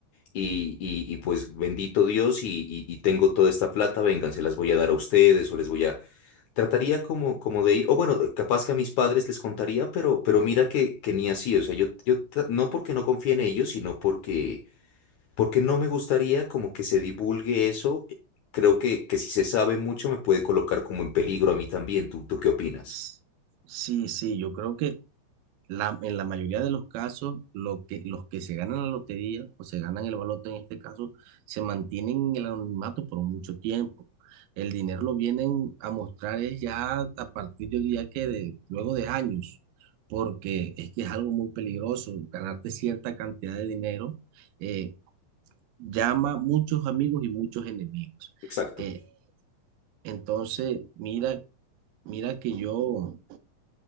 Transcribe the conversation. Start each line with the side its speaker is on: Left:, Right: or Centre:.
Left: Y, y- y, pues bendito Dios y, y- y tengo toda esta plata, vengan, se las voy a dar a ustedes o les voy a... Trataría como, como de ir, o bueno, capaz que a mis padres les contaría, pero, pero mira que, que ni así, o sea, yo, yo tra- no porque no confíe en ellos, sino porque, porque no me gustaría como que se divulgue eso. Creo que, que si se sabe mucho me puede colocar como en peligro a mí también. ¿Tú, tú qué opinas?
Right: S- sí, sí, yo creo que la, en la mayoría de los casos, lo que, los que se ganan la lotería o se ganan el baloto en este caso, se mantienen en el anonimato por mucho tiempo. El dinero lo vienen a mostrar es ya a partir, yo diría que de, luego de años, porque es que es algo muy peligroso. Ganarte cierta cantidad de dinero eh, llama muchos amigos y muchos enemigos.
Left: Exacto.
Right: Eh, entonces, mira, mira que yo,